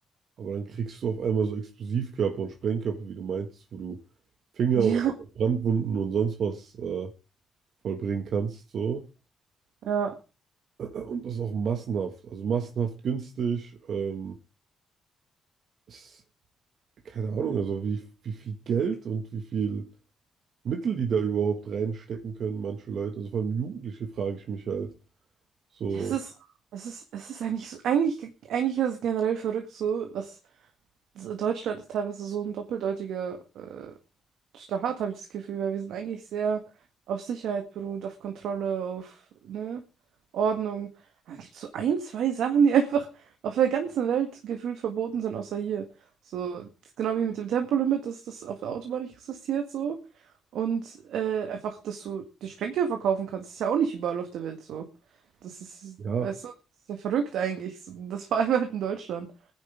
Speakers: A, on the right (about 65°); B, on the right (about 80°).
A: aber dann kriegst du auf einmal so Explosivkörper und Sprengkörper, wie du meinst, wo du Finger
B: <laughs>
A: oder Brandwunden und sonst was äh, vollbringen kannst. So.
B: Ja, ja.
A: Und das auch massenhaft, also massenhaft günstig. Ähm, ist, keine Ahnung, also wie, wie viel Geld und wie viel Mittel die da überhaupt reinstecken können, manche Leute. Also vor allem Jugendliche frage ich mich halt. So,
B: Es ist, es ist, es ist eigentlich so, eigentlich, eigentlich ist es generell verrückt so, was so, Deutschland ist teilweise so ein doppeldeutiger äh, starr, habe ich das Gefühl, weil wir sind eigentlich sehr auf Sicherheit beruht, auf Kontrolle, auf, ne, Ordnung. Aber es so ein, zwei Sachen, die <laughs> einfach auf der ganzen Welt gefühlt verboten sind, außer hier. So, genau wie mit dem Tempolimit, dass das auf der Autobahn nicht existiert, so. Und äh, einfach, dass du die Sprengstoff verkaufen kannst, ist ja auch nicht überall auf der Welt so. Das ist,
A: ja,
B: weißt du, das ist ja verrückt eigentlich. Das vor allem halt in Deutschland.